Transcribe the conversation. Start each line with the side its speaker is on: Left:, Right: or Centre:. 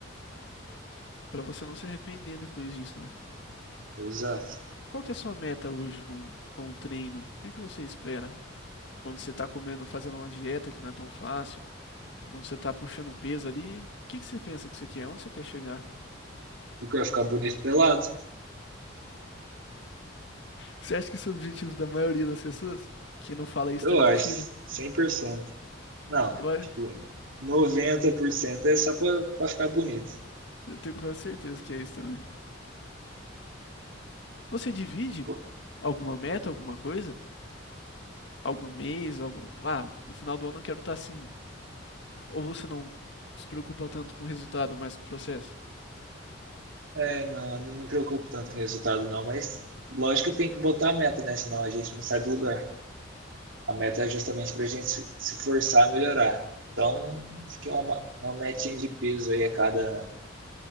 Left: Pra você não se arrepender depois disso, né?
Right: Exato.
Left: Qual que é a sua meta hoje com, com o treino? O que que você espera? Quando você tá comendo, fazendo uma dieta que não é tão fácil, quando você tá puxando peso ali, o que que você pensa que você quer? Onde você quer chegar?
Right: Porque vai ficar bonito pelado?
Left: Você acha que isso é o objetivo da maioria das pessoas? Quem não fala isso
Right: Eu
Left: tá mentindo?
Right: acho, cem por cento Não,
Left: Eu, a-
Right: tipo, 90% é só pra, pra ficar bonito.
Left: eu tenho quase certeza que é isso também. Você divide
Right: Pô,
Left: alguma meta, alguma coisa? Algum mês, algum... Ah, no final do ano eu quero estar assim. Ou você não se preocupa tanto com o resultado, mas com o processo?
Right: É, não, não me preocupo tanto com o resultado não, mas lógico que tem que botar a meta, né? Senão a gente não sai do lugar. A meta é justamente para a gente se forçar a melhorar. Então, acho que é uma, uma metinha de peso aí a cada,